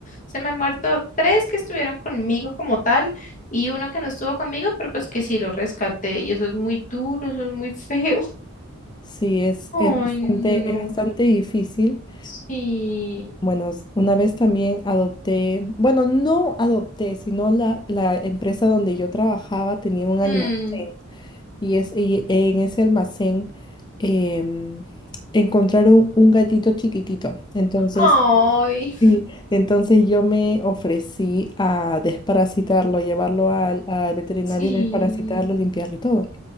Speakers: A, on the left; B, on the left.
A: se me han muerto tres que estuvieron conmigo como tal y uno que no estuvo conmigo, pero pues que sí lo rescaté y eso es muy duro, eso es muy <laughs> feo.
B: sí, es,
A: Ay,
B: es bastante,
A: no,
B: es bastante difícil.
A: sí.
B: Bueno, s- una vez también adopté, bueno, no adopté, sino la, la empresa donde yo trabajaba tenía un almacén
A: Mm,
B: y, es, y en ese almacén em, encontraron un gatito chiquitito. Entonces,
A: Ay,
B: sí, entonces yo me ofrecí a desparasitarlo, llevarlo al, al veterinario,
A: sí.
B: desparasitarlo, limpiarlo y todo.